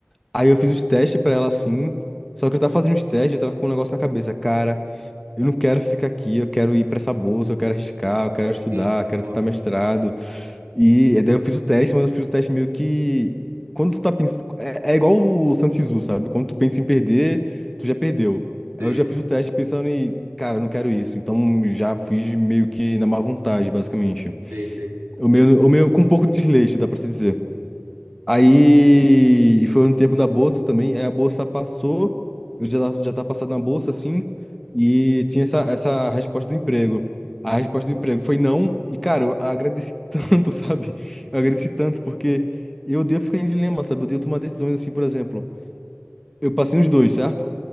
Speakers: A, in the centre; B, on the right.
A: Aí eu fiz os testes pra ela assim. Só que eu tava fazendo os testes, eu tava com um negócio na cabeça. Cara, eu não quero ficar aqui, eu quero ir pra essa bolsa, eu quero arriscar, eu quero estudar,
B: Sim, sim,
A: eu quero
B: boa.
A: tentar
B: Uhum.
A: mestrado. E eh, daí eu fiz o teste, mas eu fiz o teste meio que. Quando tu tá pensando. É, é igual o Santos Zoo, sabe? Quando tu pensa em perder, tu já perdeu.
B: Sei.
A: Aí eu já fiz o teste pensando em. Cara, eu não quero isso. Então já fiz meio que na má vontade, basicamente.
B: Sei, sei.
A: O meu, o meu com um pouco de desleixo, dá pra se dizer. Aí foi no tempo da bolsa também. Aí a bolsa passou, eu já tava, já tava passado na bolsa assim, e tinha essa, essa resposta do emprego. A resposta do emprego foi não, e cara, eu agradeci <laughs> tanto, sabe? Eu agradeci tanto, porque eu devo ficar em dilema, sabe? Eu devo tomar decisões assim, por exemplo. Eu passei nos dois, certo?